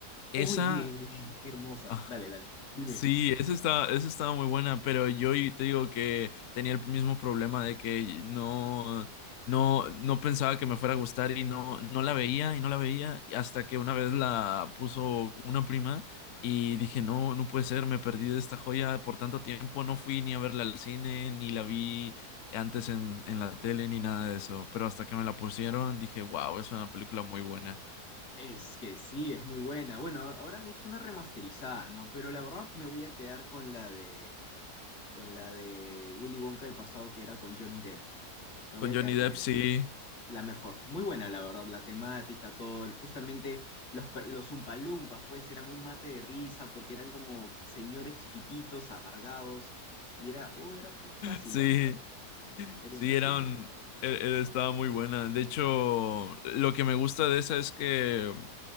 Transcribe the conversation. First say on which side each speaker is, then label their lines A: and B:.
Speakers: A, on the left; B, on the left.
A: esa,
B: Oye, <laughs> qué hermosa.
A: ah,
B: Dale, dale, dime.
A: Sí, esa estaba, esa estaba muy buena, pero yo y- te digo que tenía el mismo problema de que no, no, no pensaba que me fuera a gustar y no, no la veía y no la veía y hasta que una vez la puso una prima y dije, no, no puede ser, me perdí de esta joya por tanto tiempo, no fui ni a verla al cine, ni la vi antes en, en la tele, ni nada de eso, pero hasta que me la pusieron dije, wow, es una película muy buena.
B: Es que sí, es muy buena. Bueno, ahora han hecho una remasterizada, ¿no? Pero la verdad me voy a quedar con la de, con la de Willy Wonka del pasado que era con Johnny Depp. Me
A: Con
B: voy a
A: Johnny
B: quedar
A: Depp,
B: con esa.
A: sí.
B: La mejor. Muy buena, la verdad. La temática, todo. el- Justamente los, per- los Umpalumpas, pues, eran un mate de risa porque eran como señores chiquititos, amargados. Y era, oh, era un vacilón,
A: Sí,
B: de verdad. Era
A: sí,
B: un vacilón.
A: era un- e- e- estaba muy buena. De hecho, lo que me gusta de esa es que,